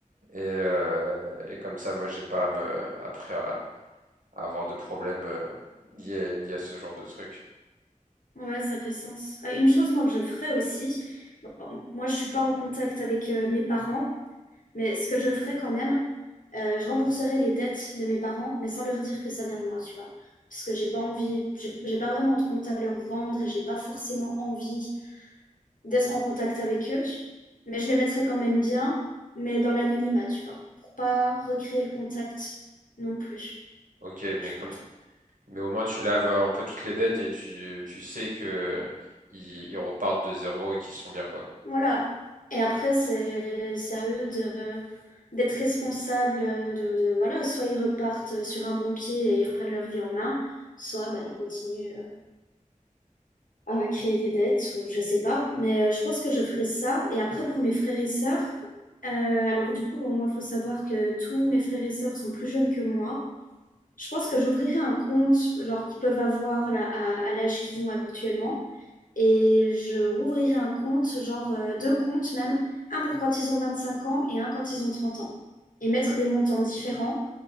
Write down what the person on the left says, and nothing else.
ouais, ça fait sens. Euh, une chose, moi, que je ferais aussi, bon, moi, je suis pas en contact avec euh, mes parents, mais ce que je ferais quand même, euh, je rembourserais les dettes de mes parents, mais sans leur dire que ça vient de moi, tu vois. Parce que j'ai pas envie, j'ai j'ai pas vraiment de compte à leur rendre et j'ai pas forcément envie d'être en contact avec eux, mais je les mettrai quand même bien, mais dans l'anonymat, tu vois, pour pas recréer le contact non plus.
Je-
Voilà. Et après, c'est c'est à eux de d'être responsables de, de- voilà, soit ils repartent sur un bon pied et ils reprennent leur vie en main, soit ben, ils continuent euh, à créer des dettes ou je sais pas. Mais euh, je pense que je ferai ça. Et après, pour mes frères et sœurs, euh, alors du coup, bon, moi, il faut savoir que tous mes frères et sœurs sont plus jeunes que moi. Je pense que j'ouvrirai un compte, genre qu'ils peuvent avoir là, à, à l'âge qu'ils ont actuellement. Et je rouvrirai un compte, genre euh, deux comptes même, un pour quand ils ont 25 ans et un quand ils ont 30 ans. Et mettre des montants différents.